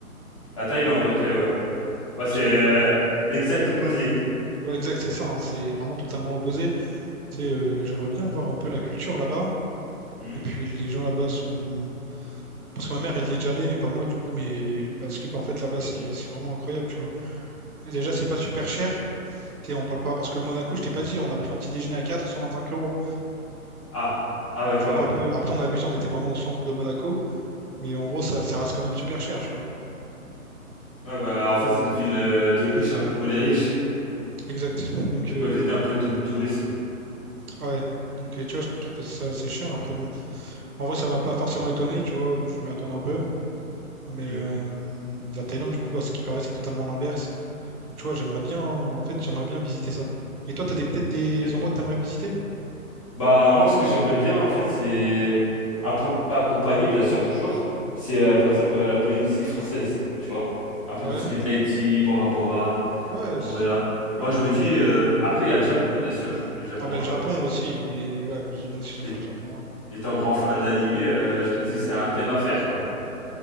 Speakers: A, on the left (about 25°); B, on the right (about 85°).
A: La Thaïlande, ok, ouais. Ouais, c'est
B: Parce que,
A: euh, l'exact opposé.
B: ouais, exact, c'est ça, hein, c'est vraiment totalement l'opposé. Tu sais, euh, j'aimerais bien voir un peu la culture là-bas.
A: Hmm,
B: Et puis, les gens là-bas sont. Parce que ma mère, elle y est déjà allée, mais pas moi, du coup. Mais la skip, en fait, là-bas, c'est c'est vraiment incroyable, tu vois. Et déjà, c'est pas super cher. Tu sais, on parle pas. Parce que Monaco,
A: ouais.
B: je t'ai pas dit, on a pris un petit déjeuner à quatre cent vingt-cinq euros.
A: Ah, ah ouais,
B: Tu
A: quand
B: vois,
A: même.
B: un peu. Après, on abuse, on était vraiment au centre de Monaco. Mais en gros, ça, ça reste quand même super cher, tu vois.
A: Ouais, bah, en fait, c'est une ville euh, de riches, un peu pour les riches.
B: Exact. Donc,
A: C'est
B: euh,
A: pour éviter un peu tout le tourisme.
B: Ah Ouais. Donc, et tu vois, je trouvais ça assez cher. Après, bon, en vrai, ça m'a pas forcément étonné, tu vois, je m'y attendais un peu. Mais
A: Hmm.
B: euh, la Thaïlande, du coup, à ce qui paraît, c'est totalement l'inverse. Donc, tu vois, j'aimerais bien, en fait, j'aimerais bien visiter ça. Et toi, t'as des, peut-être des
A: Ok.
B: endroits que t'aimerais visiter?
A: Bah, moi, ce que j'aimerais bien, en fait, c'est un peu accompagné, bien sûr, toujours. C'est, euh, par exemple, euh, la Polynésie française, tu vois. Un peu
B: Ouais,
A: tout ce qui est Tahiti, Bora Bora,
B: ouais,
A: Moorea.
B: c- ouais,
A: Moi,
B: pourquoi
A: je me dis,
B: pas. ouais.
A: euh, après, il y a le Japon, bien sûr. Le Japon,
B: Ah, ben, le
A: euh,
B: Japon
A: est-
B: aussi, mais ouais, j- moi aussi, j'aimerais
A: est-
B: le Japon, ouais.
A: étant grand fan d'animé, euh, je me dis que c'est un thème à faire, quoi.